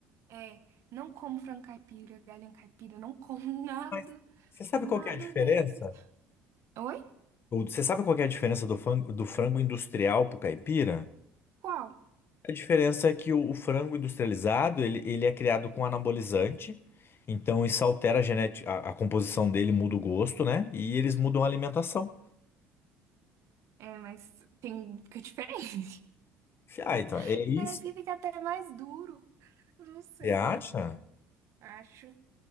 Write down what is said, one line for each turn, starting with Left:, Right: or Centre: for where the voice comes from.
Right: É, não como frango caipira, galinha caipira, não como <laughs> nada,
Left: Mas você sabe
Right: nada
Left: qual que é a diferença?
Right: desses. Oi?
Left: Ou Você sabe qual que é a diferença do frango, do frango industrial pro caipira?
Right: Qual?
Left: A diferença é que o, o frango industrializado, ele, ele é criado com anabolizante, então isso altera a genética, a, a composição dele muda o gosto, né? E eles mudam a alimentação.
Right: É, mas tem, fica diferente.
Left: Ah, então, é
Right: <laughs>
Left: isso?
Right: Parece que fica até mais duro. Não sei.
Left: Você acha?
Right: Acho.